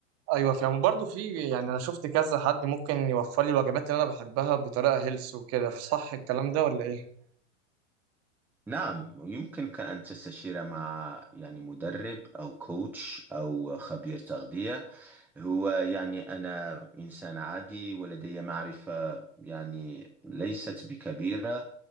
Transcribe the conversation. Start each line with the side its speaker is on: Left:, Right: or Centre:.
Right: أيوة فاهم وبرضه في يعني أنا شفت كذا حد ممكن يوفر لي الوجبات اللي أنا بحبها بطريقة هيلث وكده صح الكلام ده ولا إيه؟
Centre: نعم يمكنك أن تستشير مع يعني مدرب أو كوتش أو خبير تغذية هو يعني أنا إنسان عادي ولدي معرفة يعني ليست بكبيرة